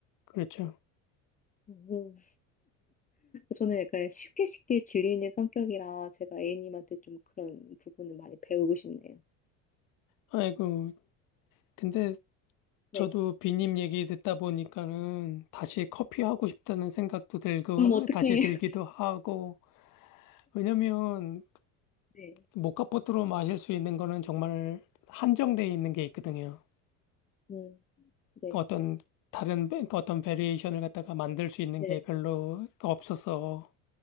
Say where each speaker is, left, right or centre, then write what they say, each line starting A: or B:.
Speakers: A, on the left; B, on the left.
A: 그렇죠.
B: 음. 저는 약간 쉽게 쉽게 질리는 성격이라 제가 A님한테 좀 그런 부분을 많이 배우고 싶네요.
A: 아이고, 근데 저도
B: 네.
A: 비님 얘기 듣다 보니까는 다시
B: 네.
A: 커피 하고 싶다는 생각도 들고,
B: 그럼 어떻게?
A: 다시 들기도
B: <laughs>
A: 하고, 왜냐면
B: 네.
A: 모카포트로 마실 수 있는 거는 정말 한정돼 있는 게 있거든요.
B: 음, 네.
A: 그 어떤 다른 베- 그 어떤 베리에이션을 갖다가 만들 수 있는
B: 네.
A: 게 별로 없어서